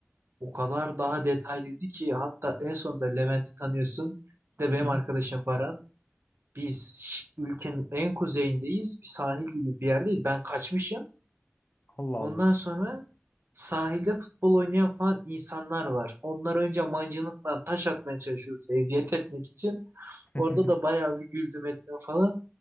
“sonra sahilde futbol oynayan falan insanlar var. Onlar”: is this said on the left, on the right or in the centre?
Right